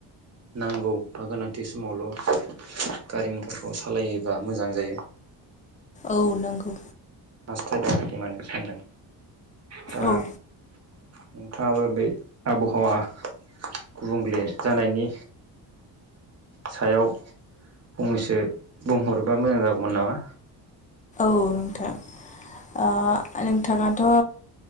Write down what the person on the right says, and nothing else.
नांगौ बा गोनांथि समावल' गारि मथरखौ सालायोबा मोजां जायो
दों आरोखि मान सानदों दा
नोंथाङाबो बे आबहावा गुबुंले जानायनि सायाव फंनैसो बुंहरोबा मोजां जागौमोन नामा